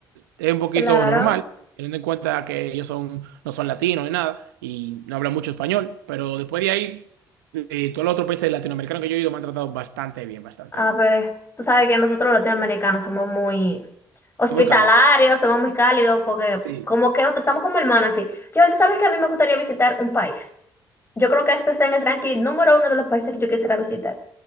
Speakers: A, on the right; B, on the left.
A: Es un poquito
B: Claro.
A: normal, teniendo en cuenta que ellos son, no son latinos ni nada y no hablan mucho español, pero después de ahí, eh, todos los otros países latinoamericanos que yo he ido me han tratado bastante bien, bastante
B: A
A: bien.
B: ver, tú sabes que nosotros los latinoamericanos somos muy hospitalarios,
A: Muy cálidos.
B: somos muy cálidos, porque
A: Sí,
B: como que nos tratamos como hermanos, así. Yo, tú sabes que a mí me gustaría visitar un país. Yo creo que este está en el ranking número uno de los países que yo quisiera visitar.